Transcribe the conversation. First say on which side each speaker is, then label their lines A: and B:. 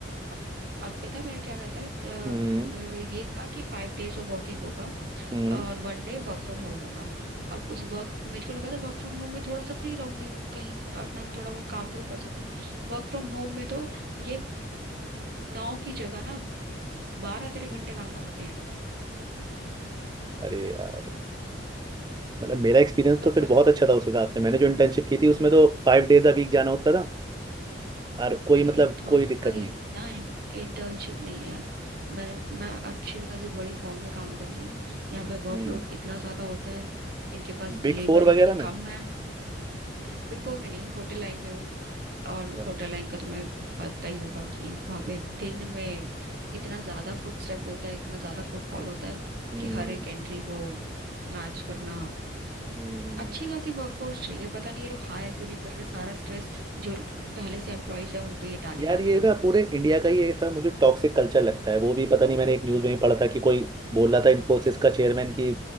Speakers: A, on the right; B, on the right.
A: अब अब पता है मेरा क्या रहता है अ,
B: हम्म
A: अ, ये था कि फाइव डेज ऑफ वर्किंग होगा
B: हम्म
A: और one day work from home होगा अब उस वर्क मेरे को लगा था वर्क फ्रॉम होम में थोड़ा सा फ्री रहूंगी कहीं अपना थोड़ा बहुत काम को तो कर सकती हूँ वर्क फ्रॉम होम में तो ये नौ की जगह ना बारह तेरह घंटे काम कराते हैं
B: अरे यार मतलब मेरा एक्सपीरियंस
A: तब
B: तो फिर
A: पर
B: बहुत अच्छा था उस हिसाब से मैंने जो इंटर्नशिप की थी उसमें तो फाइव डेज अ वीक जाना होता था और कोई
A: मेरी
B: मतलब
A: इंटर्न
B: कोई दिक्कत
A: वही
B: नहीं
A: ना इंटर्नशिप नहीं है मैंने मैं अच्छी खासी बड़ी फॉर्म में काम कर रही हूँ यहाँ पे वर्कलोड
B: हम्म
A: इतना ज्यादा होता है इनके पास
B: बिग
A: लेबर
B: फोर
A: इतनी
B: वगैरह में
A: कम है बिग फोर में नहीं होटल लाइन में हूँ और
B: अच्छा।
A: होटल लाइन का तुम्हें पता ही होगा कि वहां पे दिन में इतना ज्यादा फुटस्टेप होता है इतना ज्यादा फुटफॉल होता है
B: हम्म
A: कि हर एक एंट्री को मैच करना
B: हम्म।
A: अच्छी खासी वर्कफोर्स चाहिए पता नहीं ये लोग हायर क्यों नहीं कर रहे सारा स्ट्रेस जो पहले से एम्प्लॉयज है उन पे ये डाले
B: यार
A: जा रहे
B: ये
A: हैं
B: ना पूरे इंडिया का ही ऐसा मुझे टॉक्सिक कल्चर लगता है वो भी पता नहीं मैंने एक न्यूज़ में ही पढ़ा था कि कोई बोल रहा था इन्फोसिस का चेयरमैन कि